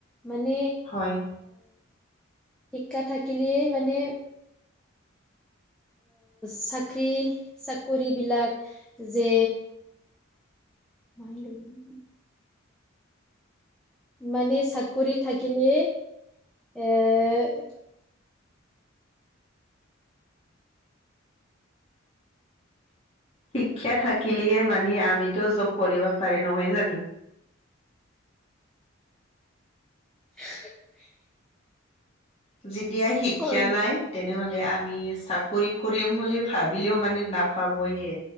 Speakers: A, in the centre; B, on the left.
A: মানে
B: হয়
A: শিক্ষা থাকিলে মানে। চাকৰি চাকৰিবিলাক যে। <unintelligible> মানে চাকৰি থাকিলে এ
B: শিক্ষা থাকিলেহে মানে আমিতো জব কৰিব পাৰে নহয় জানো।
A: <unintelligible>
B: যেতিয়া শিক্ষা
A: হয়
B: নাই। তেনেহলে আমি চাকৰি কৰিম বুলি ভাবিলেও মানে নাপাবয়ে।